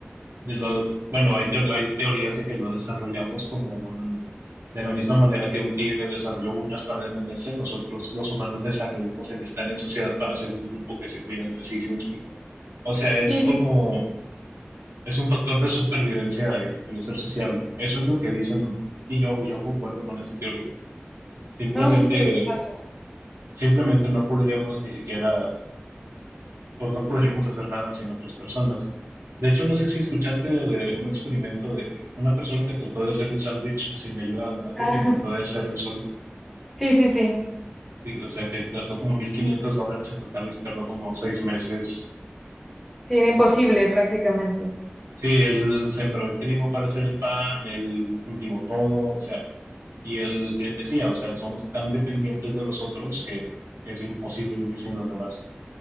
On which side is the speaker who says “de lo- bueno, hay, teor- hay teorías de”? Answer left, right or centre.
Right